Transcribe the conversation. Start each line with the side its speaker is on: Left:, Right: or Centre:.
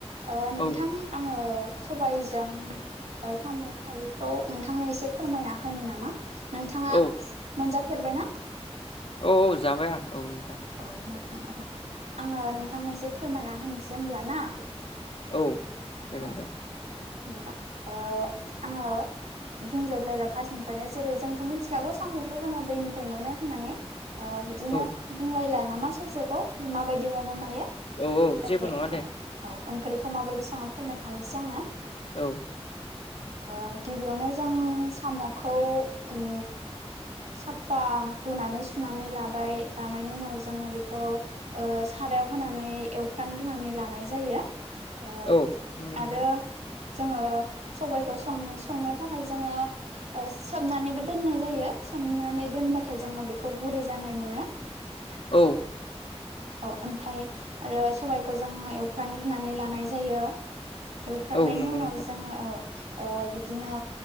Right: ओ नोंथां
Left: औ
Right: आङो। सबायजों ओ साम' खारैखौ नोंथांनो एसे फोरमायना होनि नामा? नोंथाङा
Left: औ
Right: मोनजाफेरबायना?
Left: औ औ जाबाय आं औ नं
Right: औ नोंथां औ आङो नोंथांनि एसे फोरमायना होनोसै होमब्ला ना?
Left: औ जागोन
Right: औ
Left: दे
Right: औ नोंथां ओ आङो। बुंजोबलायला फार्स्टनिफ्रायनो जेरै जोंथ' मिथिखागौ साम'खौ जोङो दैनिफ्राय मोनो होननानै। ओ बिदिनो
Left: औ
Right: बुंलायला नामा ससेखौ माबायदि हमो मायो।
Left: औ औ
Right: डाइरेक्ट
Left: जेबो नङा दे
Right: औ औ ओंख्रिखौ माबायदि सङो फोरमायखानोसै आङो।
Left: औ।
Right: औ ओ गिबियावनो जों साम'खौ उम। साफा हुनानै सुनानै लाबाय लानायनि उनाव जोंङो बेखौ ओ सारायाव होनानै एवफ्रामग्रोनानै लानाय जायो। ओ
Left: औ नंगौ
Right: आरो
Left: नोंथां
Right: जोङो सबायखौं संनो थाखाय जोङो सोमनानैबो दोननाय जायो सोमनानै दोनबाथाय जोङो बेखौ गुरै जानाय मोनो।
Left: औ
Right: ओ औ ओमफ्राय आरो सबाइखौ जोङो एवफ्रामग्रोनानै लानाय जायो। एवफ्रामनायनि
Left: औ नंगौ
Right: उनाव
Left: नोंथां
Right: जोङो ओ। ओ बिदिनो